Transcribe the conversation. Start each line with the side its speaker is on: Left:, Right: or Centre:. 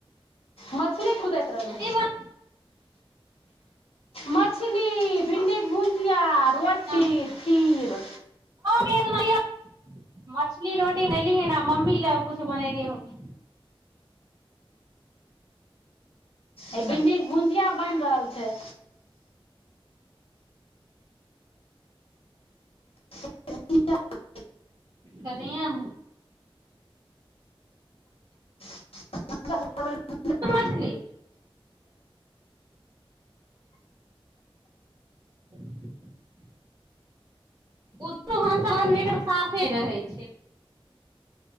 Left: मछली कुदैत रहलै
Right: पीना
Left: मछली भिंडीक भुजिया रोटी
Right: हँ
Left: खीर
Right: गे सुनैयौ मछली रोटी बनलियहे ने आ मम्मी लए किछु बनयने होब
Left: एहि भिण्डीके भुजिया बनि रहल छै <inaudible>
Right: तरियम
Left: <inaudible>
Right: समछली <inaudible> ओतह भनसा बनबैय साफे रहै छै